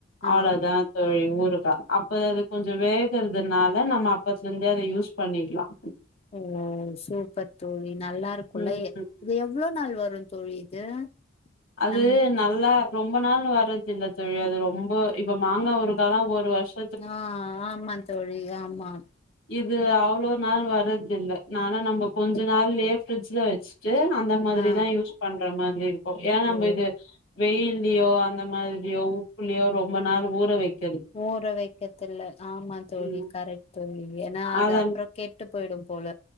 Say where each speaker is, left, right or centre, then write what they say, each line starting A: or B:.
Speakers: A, on the left; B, on the left.
A: ஆ
B: அவ்ளோதான் <unintelligible> ஊருகா அப்ப அது கொஞ்சம் வேகறதுனால நம்ம அப்பத்துல இருந்தே அத யூஸ் பண்ணிக்கலாம்
A: ஓ சூப்பர் தோழி நல்லா இருக்கும்ல
B: ம்
A: எத் இது எவ்வள நாள் வரும் தோழி இது
B: அது
A: நம்
B: நல்லா ரொம்ப நாள் வர்றது இல்ல தோழி அது ரொம்ப இப்ப மாங்காய் ஊறுகாய் லா ஒரு வருஷ்
A: ஆ ஆமா தோழி ஆமா
B: இது அவ்ளோ நாள் வர்றதில்ல நானும் நம்ம கொஞ்ச நாள்லயே ஃபிரிஜ்ல வச்சுட்டு அந்த மாதிரிதான்
A: ஆ
B: யூஸ் பண்ற மாதிரி இருக்கும் ஏ நம்ம
A: ஓ
B: இது வெயில்லயோ அந்த மாதிரியோ உப்புலயோ ரொம்ப நாள் ஊற வைக்க
A: ஊற வைக்கத்துல ஆமா தோழி
B: ம்
A: கரெக்ட் தோழி ஏன்னா அது
B: அதன்
A: அப்புறம் கே ட்டு போய்டும் போல